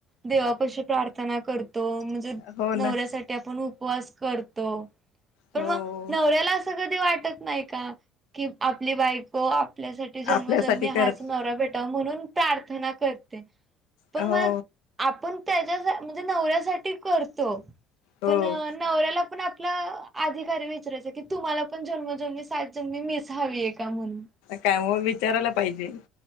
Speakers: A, on the right; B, on the left.
A: देवा पशी प्रार्थना करतो, म्हणजे
B: हो ना
A: नवऱ्यासाठी आपण उपवास करतो पण
B: हो
A: मग नवऱ्याला असं कधी वाटत नाही का की आपली बायको आपल्यासाठी जन्मोजन्मी
B: आपल्यासाठी करत
A: हाच नवरा भेटावा म्हणून प्रार्थना करते पण
B: हो
A: मग आपण त्याच्यासा म्हणजे नवऱ्यासाठी करतो
B: हो
A: पण नवऱ्याला पण आपला अधिकार आहे न विचारयच की तुम्हाला पण जन्मोजन्मी सात जन्मी मीच हवी आहे का? म्हणून.
B: काय म विचारायला पाहिजे,